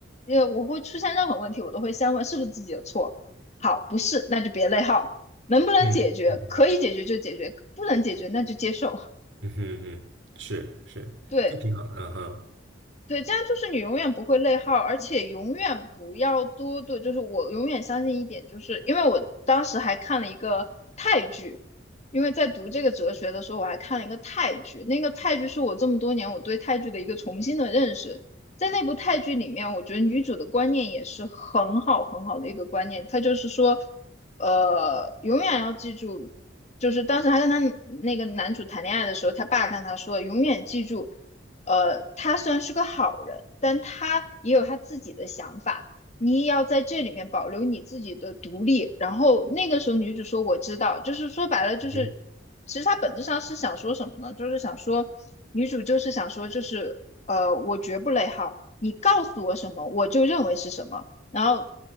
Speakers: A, on the left (about 35°); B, on the right (about 70°).
A: 呃，我会出现任何问题，我都会先问是不是自己的错。好，不是，那就别内耗。能不能解决？
B: 嗯嗯嗯
A: 可以解决就解决，不能解决那就接受。
B: 嗯嗯嗯，是是，
A: <laughs> 对，
B: 就挺好的，
A: 对，这样就是你永远不会内耗，而且永远不要多对，就是我永远相信一点，就是因为我当时还看了一个泰剧，因为在读这个哲学的时候，我还看了一个泰剧，那个泰剧是我这么多年我对泰剧的一个重新的认识。在那部泰剧里面，我觉得女主的观念也是很好很好的一个观念，她就是说，呃，永远要记住，就是当时她跟她那个男主谈恋爱的时候，她爸跟她说，永远记住。呃，他虽然是个好人，但他也有他自己的想法。你也要在这里面保留你自己的独立。然后那个时候，女主说：“我知道。”就是说白了，就是其实她本质上是想说什么呢？
B: 嗯哼，
A: 就是想说，女主就是想说，就是呃，我绝不内耗，你告诉我什么，我就认为是什么。然后